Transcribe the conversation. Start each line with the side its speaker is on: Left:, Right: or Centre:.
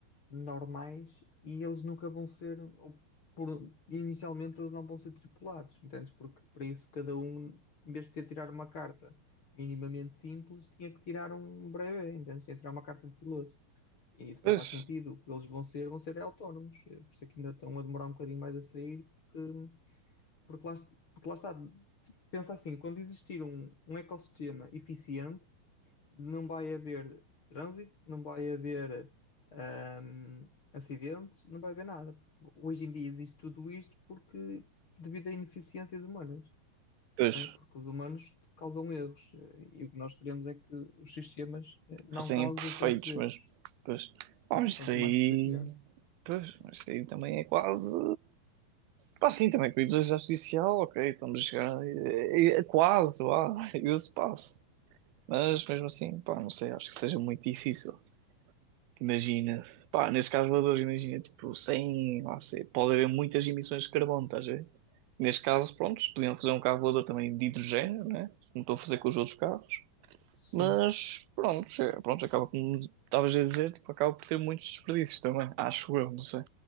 Left: normais e eles nunca vão ser, ou por- inicialmente eles não vão ser tripulados, entendes? Porque para isso cada um, em vez de ter tirar uma carta minimamente simples, tinha que tirar um breve, entendes? Tinha que tirar uma carta de piloto. E isso
Right: pois,
Left: não faz sentido. O que eles vão ser, vão ser autónomos. Eh, Por isso é que ainda estão a demorar um bocadinho mais a sair, porque, porque, lá, porque lá está. Pensa assim, quando existir um, um ecossistema eficiente, não vai haver trânsito, não vai haver ahm, acidentes, não vai haver nada. Hoje em dia existe tudo isto porque devido a ineficiências humanas,
Right: pois,
Left: né? Porque os humanos causam erros eh, e o que nós queremos é que os sistemas eh, não
Right: fossem
Left: causem
Right: imperfeitos
Left: tantos erros.
Right: mas, pois,
Left: Sim,
Right: pá, mas
Left: quanto
Right: isso aí,
Left: mais perfeito, melhor.
Right: pois, mas isso aí também é quase, pá, sim, também com a inteligência artificial, ok, estamos a chegar, é, é- é quase, lá, <laughs> esse passo, mas mesmo assim, pá, não sei, acho que seja muito difícil, Imagina, pá, nesses carros voadores, imagina, tipo, sem, lá sei, pode haver muitas emissões de carbono, estás a ver? Neste caso, pronto, podiam fazer um carro voador também de hidrogênio, né? Como estou a fazer com os outros carros,
Left: Sim.
Right: mas pronto, é- pronto, acaba como estavas a dizer, tipo, acaba por ter muitos desperdícios também, acho eu, não sei.